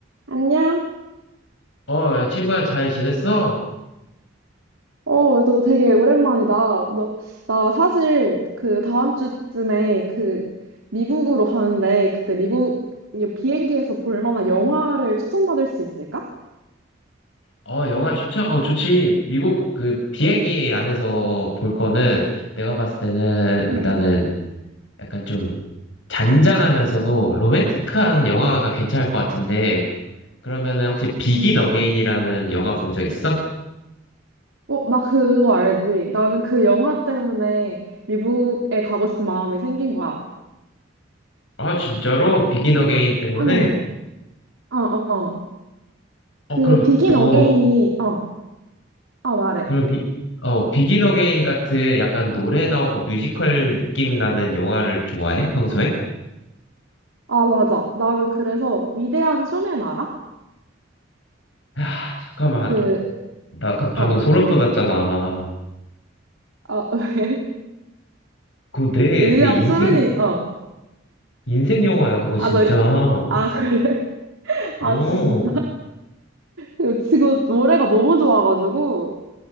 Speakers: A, on the right; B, on the left.
A: 안녕?
B: 어, 야, 친구야, 잘 지냈어?
A: 어, 너 되게 오랜만이다. 너, 나 사실 그 다음 주쯤에 그 미국으로 가는데 그때 미국 비행기에서 볼 만한 영화를 추천받을 수 있을까?
B: 어, 영화 추천? 어, 좋지. 미국 그 비행기 안에서 볼 거는 내가 봤을 때는 일단은
A: 응.
B: 약간 좀 잔잔하면서도 로맨틱한 영화가 괜찮을 것 같은데 그러면은 혹시 비긴 어게인이라는 영화 본 적 있어?
A: 어, 나 그거 알지? 나는 그 영화 때문에 미국에 가고 싶은 마음이 생긴 거야.
B: 아, 진짜로? 비긴 어게인 때문에?
A: 응, 어, 어, 어.
B: 어,
A: 그
B: 그럼
A: 비긴
B: 또,
A: 어게인이, 어, 아, 말해.
B: 그럼 비, 어, 비긴 어게인 같은 약간 노래 나오고 뮤지컬 느낌 나는 영화를 좋아해? 평소에?
A: 아, 맞아. 나는 그래서 위대한 쇼맨 알아?
B: 야, 잠깐만.
A: 그,
B: 나 아까 방금
A: 어,
B: 소름 돋았잖아.
A: 아, <laughs> 왜?
B: 그거 내,
A: 위대한
B: 내 인생,
A: 쇼맨이, 어.
B: 인생 영화야, 그거 진짜.
A: 아, 너, 아, 그래? <laughs>
B: 어,
A: 아, 진짜? 이거 지금 노래가 너무 좋아가지고,